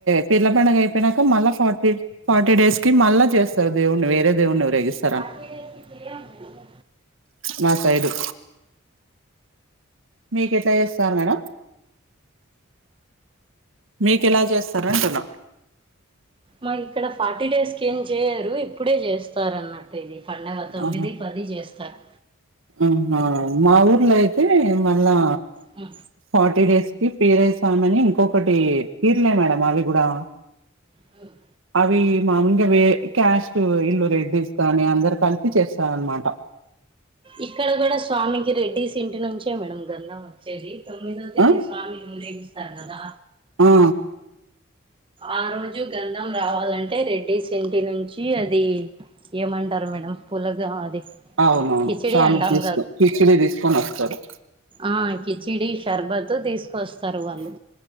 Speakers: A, on the right; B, on the right.
A: పీర్ల పండుగ అయిపోయినాక మళ్ళా ఫార్టీ ఫార్టీ డేస్ కి మళ్ళా చేస్తారు దేవుడిని వేరె దేవుడిని ఉరేగిస్తా
B: ఫార్టీ డేస్ కి చెయ్యం మేము
A: మా సైడు మీకు ఎట్లా చేస్తారు మేడం మీకు ఎలా చేస్తారు అంటున్నా
B: మాకు ఇక్కడ ఫార్టీ డేస్ కి ఏం చేయరు ఇప్పుడే చేస్తారు అన్నట్టు ఇది పండగ తొమ్మిది
A: ఆహా
B: పది చేస్తారు
A: ఆహా మా ఊర్ల అయితే మళ్ళా
B: హా
A: ఫార్టీ డేస్ కి ఫేరెంట్స్ స్వామి అని ఇంకొకటి పీర్లే మేడం అవి కూడా
B: అవునా
A: అవి మామూలుగా వే క్యాష్ట్ ఈల్లు రెడ్డీస్ కాని అందరు కలిసి చేస్తారు అన్నమాట
B: ఇక్కడ కూడా స్వామికి రెడ్డిస్ ఇంటి నుంచే మేడం గంధం వచ్చేది తొమ్మిదో తేదీ
A: ఆ
B: స్వామి ఊరేగిస్తారు కదా
A: హు
B: ఆ రోజు గంధం రావాలంటే రెడ్డిస్ ఇంటి నుంచి అది ఏమంటారు మేడం పుల్లగం అది
A: అవునవును
B: కిచిడి
A: స్వామికి
B: అంటాం
A: తీసుకొని కిచిడి తీసుకొని వస్తారు
B: అ కిచిడి షర్బతు తీసుకొస్తారు వాళ్ళు